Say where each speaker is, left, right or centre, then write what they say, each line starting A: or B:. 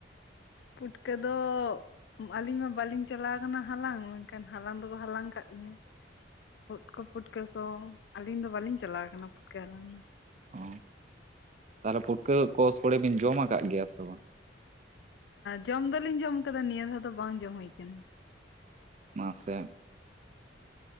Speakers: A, on the left; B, on the right.
A: ᱯᱩᱴᱠᱟᱹ ᱫᱚᱻ ᱟᱞᱤᱧ ᱢᱟ ᱵᱟᱹᱞᱤᱧ ᱪᱟᱞᱟᱣ ᱟᱠᱟᱱᱟ ᱦᱟᱞᱟᱝ ᱢᱮᱱᱠᱷᱟᱱ ᱦᱟᱞᱟᱝ ᱫᱚᱠᱚ ᱦᱟᱞᱟᱝ ᱠᱟᱫ ᱞᱤᱧᱟᱹ ᱾ ᱳᱴ ᱠᱚ ᱯᱷᱩᱴᱠᱟᱹ ᱠᱚ ᱟᱹᱞᱤᱧ ᱫᱚ ᱵᱟᱹᱞᱤᱧ ᱪᱟᱞᱟᱣ ᱟᱠᱟᱱᱟ ᱯᱩᱴᱠᱟᱹ ᱦᱟᱞᱟᱝ ᱾
B: ᱚ ᱛᱟᱦᱚᱞᱮ ᱯᱩᱴᱠᱟᱹ ᱠᱚ ᱥᱳᱲᱮ ᱵᱤᱱ ᱡᱚᱢ ᱟᱠᱟᱫ ᱜᱮᱭᱟ ᱥᱮ ᱵᱟᱝ?
A: ᱡᱚᱢ ᱫᱚᱞᱤᱧ ᱡᱚᱢ ᱟᱠᱟᱫᱟ ᱱᱤᱭᱟᱹ ᱫᱷᱟᱣ ᱫᱚ ᱵᱟᱝ ᱡᱚᱢ ᱦᱩᱭ ᱟᱠᱟᱱᱟ ᱾
B: ᱢᱟᱥᱮᱫ